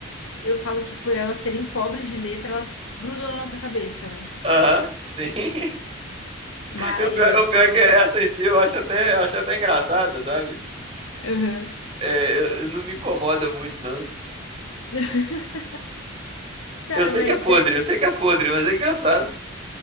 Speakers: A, on the left; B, on the right.
A: Eu falo que por elas serem pobres de letra, elas se grudam na nossa cabeça, né?
B: Aham, sim. <laughs>
A: Mas,
B: E O pior, o pior
A: não.
B: é que essa em si eu acho até, eu acho até engraçado, sabe?
A: Aham.
B: É, eu- eu- não me incomoda muito, não.
A: <laughs> Cara,
B: Eu sei
A: mas
B: que é podre, eu sei que é podre, mas é engraçado.